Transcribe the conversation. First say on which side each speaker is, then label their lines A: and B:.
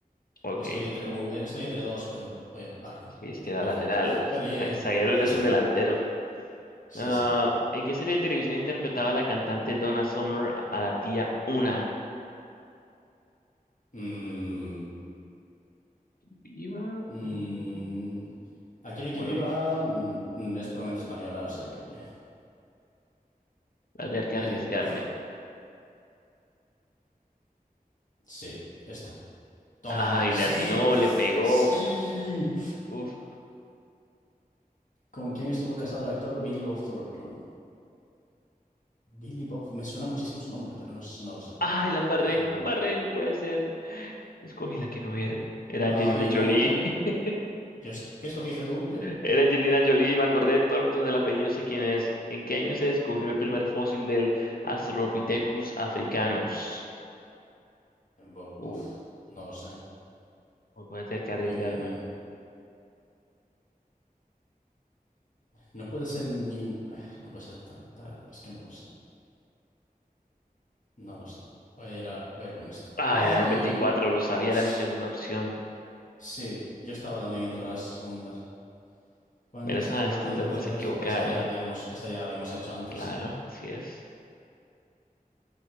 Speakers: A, on the left; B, on the left.
A: ok,
B: Estoy entre un, eh, estoy entre dos, pero voy a- vale,
A: sí,
B: ya,
A: es que era
B: perfecto.
A: lateral.
B: Pero eh,
A: Za- Zaguero
B: sí,
A: ya es
B: sí,
A: un delantero.
B: sí,
A: Ah,
B: sí.
A: ¿en qué serie de televisión interpretaba la cantante Donna Summer a la tía Una?
B: Mm,
A: Viva.
B: mm,
A: Mm,
B: aquí no hay quien
A: Bueno,
B: viva, mm, es puramente española, o sea que
A: voy a tener que
B: eh,
A: arriesgarme.
B: uf, sí, esta. Toma,
A: Ay,
B: sí,
A: le atinó,
B: sí.
A: le pegó. Uf.
B: ¿Con quién estuvo casado el actor Billy Bob Thornton? Billy Bob, me suena muchísimo su nombre, pero no, s- no lo sé.
A: Ay, la embarré,
B: Eh,
A: la embarré, no puede ser. Escogí la que no era. Era
B: ay,
A: Angelina Jolie.
B: no, yo,
A: <laughs>
B: yo, es- ¿qué escogiste tú? Yo,
A: Era Angelina Jolie, me acordé de Thornton del apellido, sé quién es. ¿En qué año se descubrió el primer fósil del Australopithecus africanus?
B: bu-
A: Uh,
B: buf, no lo sé.
A: voy a tener que arriesgarme.
B: En- no puede ser ni, no puede ser tan tarde, es que no lo sé, no lo sé. Voy a ir a, voy a ir con esto.
A: Ah,
B: Ay,
A: era el veinticuatro lo
B: Dios.
A: sabía, era mi segunda opción.
B: Sí, yo estaba también entre las segundas. ¿Cuándo
A: Mira, esta,
B: se celebró
A: esta
B: el Día
A: no
B: Internacional
A: te puedes equivocar,
B: de la Astro- Esta ya
A: ¿eh?
B: habíamos, esta ya la habíamos hecho antes.
A: Claro, así es.